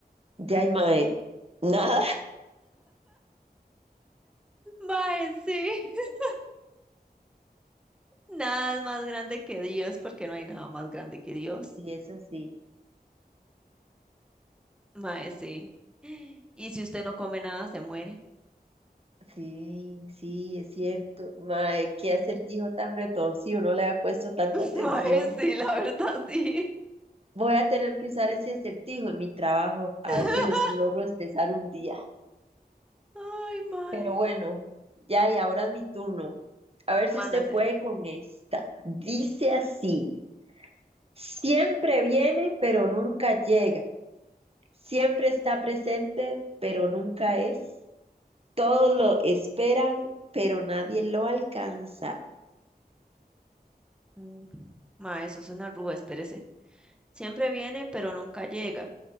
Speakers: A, on the right; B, in the centre.
A: Ya hay mae. Nada.
B: Mae, sí. <laughs> Nada es más grande que Dios porque no hay nada más grande que Dios.
A: Y eso sí.
B: Mae, sí. Y si usted no come nada, se muere.
A: Sí, sí, es cierto. Mae, qué acertijo tan retorcido. No le ha puesto tanta
B: <laughs>
A: atención.
B: Mae, sí, la verdad, sí.
A: Voy a tener que usar ese acertijo en mi trabajo. A
B: <laughs>
A: ver si los logro expresar un día.
B: Ay, mae.
A: Pero bueno, ya y ahora es mi turno. A ver si
B: Mándese.
A: usted puede con esta. Dice así, siempre viene, pero nunca llega. Siempre está presente, pero nunca es. Todos lo esperan, pero nadie lo alcanza.
B: Mm. Mae, eso es una rúa, espérese. Siempre viene, pero nunca llega.